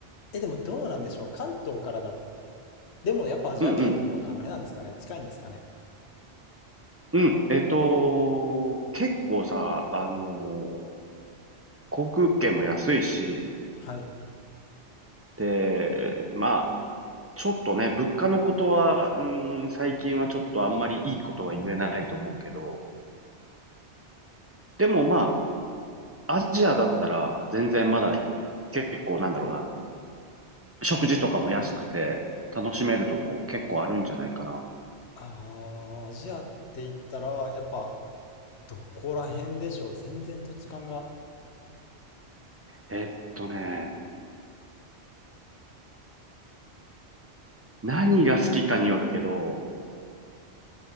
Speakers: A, on the left; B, on the right.
A: え、でもどうなんでしょう。関東からだ。でもやっぱアジア圏の方があれなんですかね。
B: うん、うん、
A: 近いんですかね。
B: うん。えっと、結構さ、あのー航空券も安いし、
A: はい。
B: で、まあ、ちょっとね、物価のことは、うーん、最近はちょっとあんまりいいことは言えないと思うけど、でもまあ、アジアだったら全然まだ結構なんだろうな、食事とかも安くて楽しめるとこ結構あるんじゃないかな。
A: ああ、アジアって言ったら、やっぱどこら辺でしょう。全然土地勘が。
B: えっとね、何が好きかによるけど、